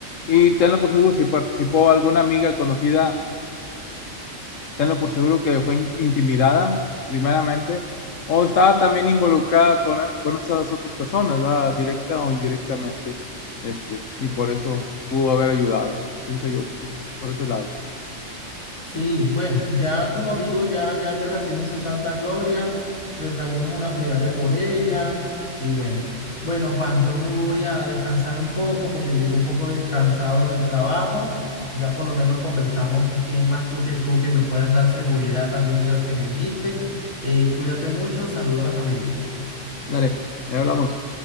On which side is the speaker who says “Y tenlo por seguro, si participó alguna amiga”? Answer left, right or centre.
Left